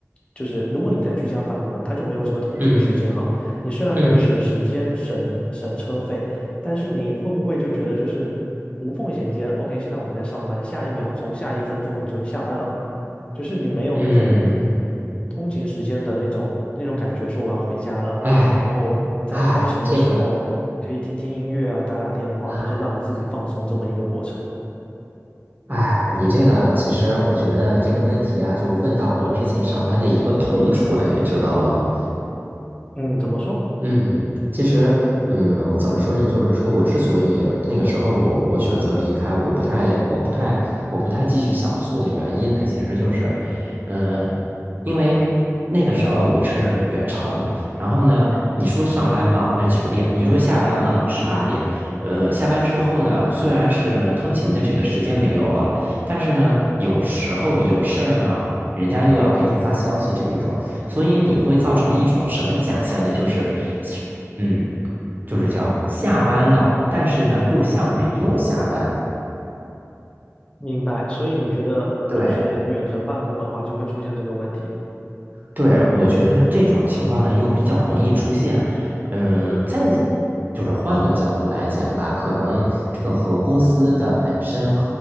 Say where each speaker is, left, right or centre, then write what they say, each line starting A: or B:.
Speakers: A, on the left (about 20°); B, on the right (about 35°).
A: 就是如果你在居家办公，他就没有这个通勤时间了，
B: 嗯
A: 你虽然可以省时间、
B: 嗯
A: 省省车费。但是你会不会就觉得就是无缝衔接？OK，现在我们在上班，下一秒钟、下一分钟你就下班了，就是你没有那种
B: 嗯，
A: 通勤时间的那种那种感觉，说我要回家了。
B: 哎
A: 然后在通勤的时候可以听听音乐啊，
B: 哎，这个
A: 打打电话，
B: 啊。
A: 就是让你自己放松这么一个过程。
B: 哎，你这个其实我觉得这个问题啊，就问到我之前上班的一个痛处了，你知道吗？
A: 嗯，怎么说？
B: 嗯，其实，嗯，怎么说呢？就是说我之所以那个时候我我选择离开，我不太我不太我不太继续想做的原因呢，其实就是，呃，因为那个时候我是远程，然后呢，你说上班嘛，那九点；你说下班嘛，十八点。呃，下班之后呢，虽然是通勤的这个时间没有了，但是呢，有时候有事儿呢，人家又要给你发消息这一种。所以你会造成一种什么假象呢？就是，嗯，就是叫下班了，但是呢又像没有下班。
A: 明白。所以你觉得就是远程办公的话，
B: 对，
A: 就会出现这个问题。
B: 对，我觉得这种情况呢又比较容易出现。嗯，再就是换个角度来讲吧，可能这个和公司的本身，